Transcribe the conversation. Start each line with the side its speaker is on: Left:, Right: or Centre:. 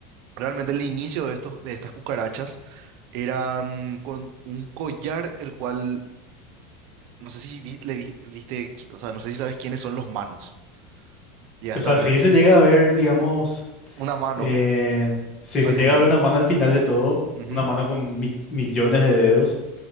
Right: Realmente el inicio de estos, de estas cucarachas eran con un collar, el cual, no sé si vi- le vi- viste, qui- o sea, no sé si sabes quiénes son los manos. Llegaste
Left: O sea,
Right: a
Left: si
Right: ver
Left: se llega a ver, digamos,
Right: una mano
Left: eh, si
Right: al
Left: se llega
Right: final.
Left: a ver una mano al final de todo,
Right: Ujú.
Left: una mano con mi- millones de dedos,